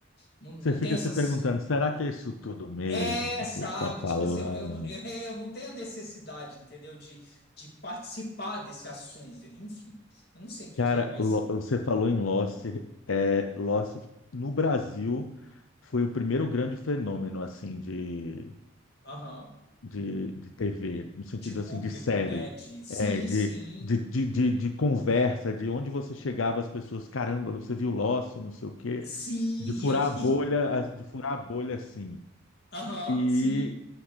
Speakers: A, on the left; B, on the left.
A: Não, não
B: Você fica
A: tem essas.
B: se perguntando, será que é isso tudo mesmo
A: É,
B: que o
A: sabe?
B: povo está falando?
A: Tipo assim, ó, eu, não- <laughs> eu não tenho a necessidade, entendeu? De, de participar desse assunto. Enfim, eu não sei o que
B: Cara,
A: que é, mas
B: Lo- você falou em Lost, é, Lost no Brasil foi o primeiro grande fenômeno assim de,
A: aham,
B: de, de TV, no sentido
A: de público,
B: assim de série,
A: né? De sim,
B: é, de,
A: sim,
B: de, de, de, de conversa, de onde você chegava as pessoas, caramba, você viu Lost, não sei o quê,
A: sim,
B: de furar
A: e aí,
B: a bolha, de furar a bolha assim.
A: <laughs> aham,
B: E
A: sim.